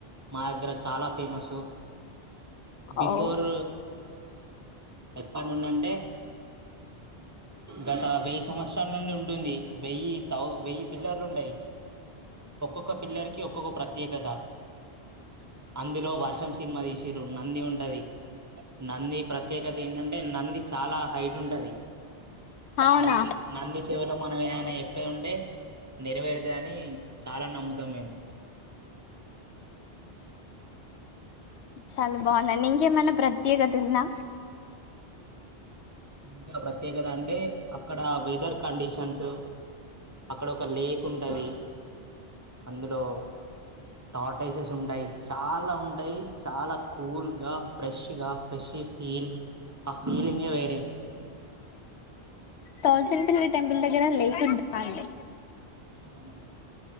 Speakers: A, on the right; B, on the left.
A: మా దగ్గర చాలా ఫేమస్ బిఫోర్
B: ఓ
A: చెప్పనుండాన్ టే గత వెయ్యి సంవత్సరాల నుండి ఉంటుంది వేయ్యి వెయ్యి థౌ పిల్లర్లు ఉంటాయ్ ఒక్కొక్క పిల్లర్కి ఒక్కొక్క ప్రత్యేకత అందులో వర్షం సినిమా తీసిల్లు నంది ఉంటది నంది ప్రత్యేకత ఏంటంటే నంది చాలా హైట్ ఉంటది
B: అవునా
A: నంది నంది చెవులో మనమేమన్న చెప్పేదుంటే నెరవేరుతయాని చాలా నమ్ముతాం మేము
B: చాలా బాగుదండి ఇంకేమైన్నా ప్రత్యేకత ఉందా
A: ఇంకా ప్రత్యేకత అంటే అక్కడ వెదర్ కడిషన్స్ అక్కడ ఒక లేక్ ఉంటది అందులో టాటైసెస్ ఉంటాయి చాలా ఉంటాయి చాలా కూల్గా ఫ్రెష్గా ఫ్రెష్ ఫీల్ ఆ ఫీలింగే వే
B: థౌసండ్ టెంపుల్ దగ్గర లేక్ ఉంటదా అండి
A: అవునవును